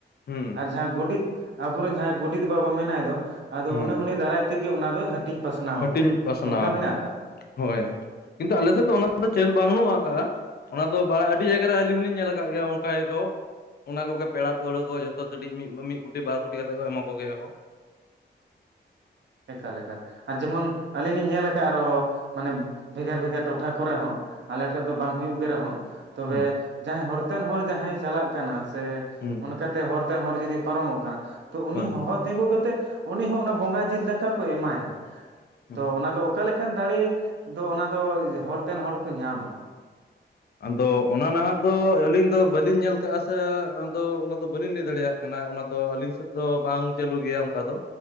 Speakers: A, on the left; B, on the right.
A: ᱦᱩᱸ
B: ᱟᱨ ᱡᱟᱦᱟᱸ ᱜᱚᱰᱮᱛ ᱟᱵᱚᱨᱮᱱ ᱡᱟᱦᱟᱸᱭ ᱜᱚᱰᱮᱛ ᱵᱟᱵᱟ ᱢᱮᱱᱟᱭ ᱫᱚ ᱟᱫᱚ
A: ᱦᱩᱸ
B: ᱩᱱᱤ ᱩᱱᱤ ᱫᱟᱨᱟᱭ ᱛᱮᱜᱮ ᱚᱱᱟ ᱫᱚᱭ ᱦᱟᱴᱤᱧ ᱯᱟᱥᱱᱟᱣ
A: ᱦᱟᱹᱴᱤᱧ
B: ᱟᱠᱚᱣᱟ
A: ᱯᱟᱥᱱᱟᱣ
B: ᱚᱱᱠᱟ
A: ᱟᱠᱚᱣᱟ
B: ᱢᱮᱱᱟᱜ ᱟᱠᱟᱫ
A: ᱦᱳᱭ ᱠᱤᱱᱛᱩ ᱟᱞᱮ ᱥᱮᱫ ᱫᱚ ᱚᱱᱟ ᱛᱮᱫ ᱪᱟᱹᱞ ᱵᱟᱹᱱᱩᱜ ᱟᱠᱟᱫᱟᱼᱟ᱾ ᱚᱱᱟ ᱫᱚ ᱵᱟᱲᱟᱭ ᱟᱹᱰᱤ ᱡᱟᱭᱜᱟ ᱨᱮ ᱟᱹᱞᱤᱧ ᱦᱚᱸᱞᱤᱧ ᱧᱮᱞ ᱟᱠᱟᱫ ᱜᱮᱭᱟ ᱚᱱᱠᱟ ᱟᱠᱚ᱾ ᱚᱱᱟ ᱠᱚᱜᱮ ᱯᱮᱲᱟ ᱯᱟᱹᱲᱦᱟᱹ ᱠᱚ ᱡᱚᱛᱚ ᱠᱟᱹᱴᱤᱡ ᱢᱤᱫ ᱠᱳᱴᱤ ᱵᱟᱨ ᱠᱩᱴᱤ ᱠᱟᱛᱮ ᱠᱚ ᱮᱢᱟ ᱠᱚᱜᱮᱭᱟ ᱠᱚ᱾
B: ᱮᱠᱟᱞ ᱟᱨ ᱡᱮᱢᱚᱱ ᱟᱹᱞᱤᱧ ᱞᱤᱧ ᱧᱮᱞ ᱟᱠᱟᱫᱼᱟ ᱟᱨᱚ ᱢᱟᱱᱮ ᱵᱷᱮᱜᱟᱨ ᱵᱷᱮᱜᱟᱨ ᱴᱚᱴᱷᱟ ᱠᱚᱨᱮ ᱦᱚᱸ ᱟᱞᱮ ᱴᱷᱮᱡ ᱫᱚ ᱵᱟᱝ ᱦᱩᱭᱩᱜ ᱜᱮ ᱨᱮᱦᱚᱸ ᱛᱚᱵᱮ
A: ᱦᱩᱸ
B: ᱡᱟᱦᱟᱸᱭ ᱦᱚᱨᱛᱮᱱ ᱦᱚᱲ ᱡᱟᱦᱟᱸᱭ ᱪᱟᱞᱟᱜ ᱠᱟᱱᱟ ᱥᱮ
A: ᱦᱩᱸ
B: ᱠᱟᱛᱮ ᱦᱚᱨᱛᱮᱱ ᱦᱚᱲ ᱡᱩᱫᱤ ᱯᱟᱨᱚᱢᱚᱜ ᱠᱟᱱᱟ ᱛᱚ ᱩᱱᱤ
A: ᱦᱳᱭ
B: ᱦᱚᱦᱚ ᱛᱤᱸᱜᱩ ᱠᱟᱛᱮ ᱩᱱᱤ ᱦᱚᱸ ᱚᱱᱟ ᱵᱚᱸᱜᱟ ᱡᱤᱞ ᱫᱟᱠᱟ ᱠᱟ ᱠᱚ ᱮᱢᱟᱭᱟ
A: ᱦᱮᱸ
B: ᱛᱚ ᱚᱱᱟ ᱫᱚ ᱚᱠᱟ ᱞᱮᱠᱟᱱ ᱫᱟᱲᱮ ᱫᱚ ᱚᱱᱟ ᱫᱚ ᱦᱚᱨᱛᱮᱱ ᱦᱚᱲ ᱠᱚ ᱧᱟᱢᱟ?
A: ᱟᱫᱚ ᱚᱱᱟ ᱱᱟᱦᱟᱜ ᱫᱚ ᱟᱹᱞᱤᱧ ᱫᱚ ᱵᱟᱹᱞᱤᱧ ᱧᱮᱞ ᱠᱟᱜᱼᱟ ᱥᱮ ᱟᱫᱚ ᱚᱱᱟ ᱫᱚ ᱵᱟᱹᱞᱤᱧ ᱞᱟᱹᱭ ᱫᱟᱲᱮᱭᱟᱜ ᱠᱟᱱᱟ ᱚᱱᱟ ᱚᱱᱟ ᱫᱚ ᱟᱹᱞᱤᱧ ᱥᱮᱫ ᱫᱚ ᱵᱟᱝ ᱪᱟᱹᱞᱩ ᱜᱮᱭᱟ ᱚᱱᱠᱟ ᱫᱚ